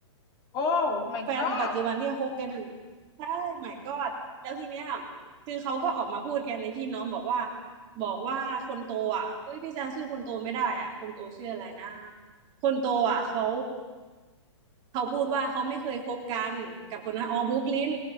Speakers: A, on the left; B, on the right.
A: โอ้ my
B: แฟนปัจจุบันที่คบกันอยู่
A: god
B: ใช่ my god แล้วทีเนี้ยคือเขาก็ออกมาพูดกันในพี่น้องบอกว่าบอกว่าคนโตอ่ะเฮ้ยพี่จำชื่อคนโตไม่ได้อ่ะคนโตชื่ออะไรนะคนโตอ่ะเขาเขาพูดว่าเขาไม่เคยคบกันกับคนนั้นอ๋อบุ๊กลิน